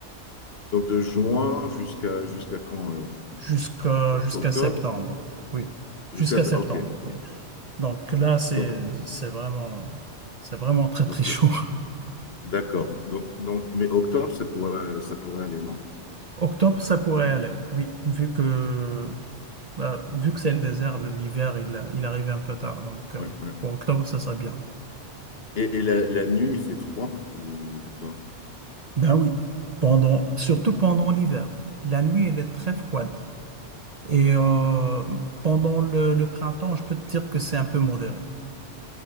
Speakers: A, on the left; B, on the right.
A: Donc, de juin jusqu'à jusqu'à quand alors?
B: Jusqu'à
A: Oc-
B: jusqu'à
A: Octobre?
B: septembre. Oui. Jusqu'à
A: Jusqu'à...
B: septembre,
A: Ok.
B: oui. Donc là, c'est
A: Donc,
B: c'est vraiment c'est vraiment très
A: donc
B: très chaud.
A: d'accord. Donc, donc, mais octobre, ça pourrait, ça pourrait aller, non?
B: <laughs> Octobre, ça pourrait aller. Oui, vu que bah, vu que c'est le désert, le- l'hiver, il, il arrive un peu tard. Donc euh,
A: Ouais, ouais.
B: pour octobre, ça serait bien.
A: Et, et la, la nuit, il fait froid ou, ou pas?
B: Ben oui. Pendant, surtout pendant l'hiver. La nuit, elle est très froide. Et euh, pendant le, le printemps, je peux te dire que c'est un peu modéré.